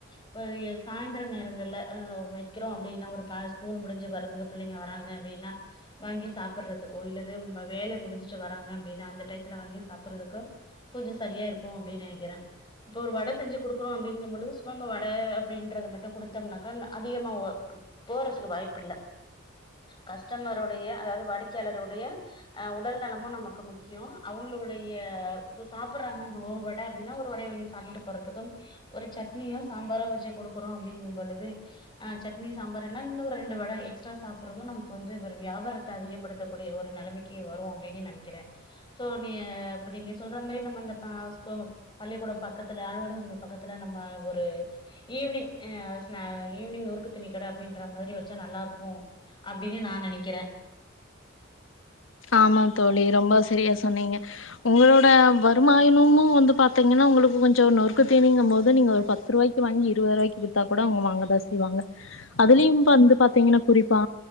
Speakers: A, on the left; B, on the left.
A: இப்ப எ சாய்ந்தெர நேரங்கள்ல அ வெக்கெறோ அப்டின்னா ஒரு ப ஸ்கூல் முடுஞ்சு வருதுங்க பிள்ளெங்க வராங்க அப்டின்னா வாங்கி சாப்பட்றதுக்கோ இல்லது உங்க வேலை முடிஞ்சிட்டு வராங்க அப்டின்னா அந்த டையத்துல வாங்கி சாப்படுறதுக்கோ கொஞ்சொ செரியா இருக்கு அப்டின்னு நனக்கிறே இப்ப ஒரு வட செஞ்சு குடுக்குறோ அப்டிங்கும்பொழுது சுவம்ப வட அப்டின்றது மட்டு குடுத்தோம்னாக்கா அதிகமா ஓ போறதுக்கு வாய்ப்பில்ல கஸ்டமருடைய அதாவது வாடிக்கையாளருடைய அ உடல் நலமும் நமக்கு முக்கியொ அவங்களுடைய இப்ப சாப்புட்றாங்க அந்த ஒரு வட அப்டின்னா ஒரு வடைய வாங்கி சாப்புட்டு போறதுக்கும் ஒரு சட்னியோ சாம்பாரோ வெச்சு குடுக்குறோ அப்டிங்கும்பொழுது ஆ சட்னி சாம்பார்னா இன்னு ஒரு ரெண்டு வட எக்ஸ்ட்ரா சாப்புட்றது நமக்கு வந்து ஒரு வியாபாரத்த அதிகப்படுத்தக்கூடிய ஒரு நெலமெக் கி வரு அப்டின்னு நெனக்கிறே சோ நீ இப்ப நீங்க சொல்ற மாரி நம்ம அந்த பாஸ் கோ பள்ளிக்கூடொம் பக்கத்துல அலுவலகங்கள் பக்கத்துல நம்ம ஒரு ஈவினிங் ஸ்நே ஈவினிங் நோறுக்கு தீனிக்கட அப்டின்ற மாரி வெச்சா நல்லா இருக் கு அப்டின்னு நா நனக்கிறே
B: ஆமா தோழி ரொம்ப செரியா சொன்னீங்க உங்களோட வருமாயனமு வந்து பாத்தீங்கன்னா உங்களுக்கு கொஞ்சொ நொறுக்கு தீனிங்கம்போது நீங்க ஒரு பத்துருவாய் க்கு வாங்கி இருவதுருவாய்க்கி வித்தா கூட அவ்ங்க வாங்கதா செய்வாங்க அதுலெயும் வந்து பாத்தீங்கன்னா குறிப்பா